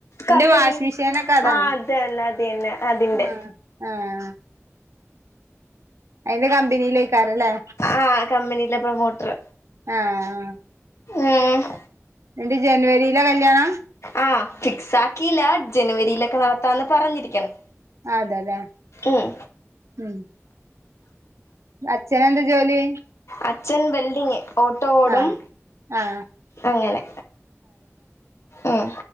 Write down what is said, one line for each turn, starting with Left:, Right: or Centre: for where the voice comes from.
Right: ഇന്റെ
Left: കമ്പനി
Right: വാഷി മെഷീനൊക്കെ അതാണ്.
Left: ആഹ് അത് തന്നെ അത് തന്നെ അതിന്റെ
Right: ആഹ് ആഹ് അയിൻ്റെ കമ്പിനീലെയ്ക്കാരല്ലേ.
Left: ആഹ് കമ്പിനിയിലെ പ്രൊമോട്ടർ.
Right: ആഹ്
Left: ഏഹ്
Right: ന്നിട്ട് ജനുവരീലാ കല്ല്യാണം
Left: ആഹ് ഫിക്സാകീല. ജനുവരിയിലൊക്കെ നടത്താന്ന് പറഞ്ഞിരിക്കണ്.
Right: അതലെ
Left: ഉം
Right: ഉം അച്ഛന് എന്താ ജോലി?
Left: അച്ഛൻ വെൽഡിങ്. ഓട്ടോ ഓടും.
Right: ആഹ് ആഹ്
Left: അങ്ങനെ ഉം